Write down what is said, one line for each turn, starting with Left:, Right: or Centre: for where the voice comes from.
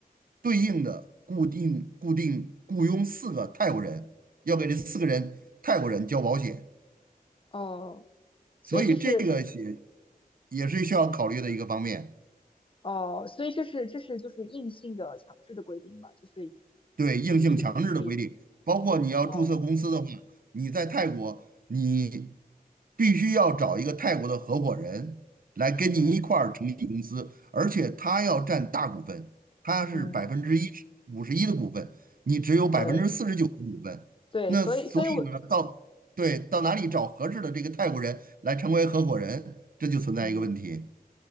Right: 对应的固定固定雇佣四个泰国人，要给这四个人泰国人交保险，
Left: 哦，所以这是这是
Right: 所以这个也也是需要考虑的一个方面。
Left: 这是哦，所以这是这是就是硬性的强制的规定嘛，就是
Right: 对，硬性强制的规定，
Left: 就是这个比例，
Right: 包括你要注册公司的话，
Left: 哦，
Right: 你在泰国，你必须要找一个泰国的合伙人来跟你一块儿成立公司，
Left: 嗯
Right: 而且他要占大股份，他是百分之一五十一的股份，
Left: 嗯，
Right: 你只有百分之四十九的股份，
Left: 对对，
Right: 那所以呢，
Left: 所以所以我
Right: 到对到哪里找合适的这个泰国人来成为合伙人，这就存在一个问题。
Left: 嗯。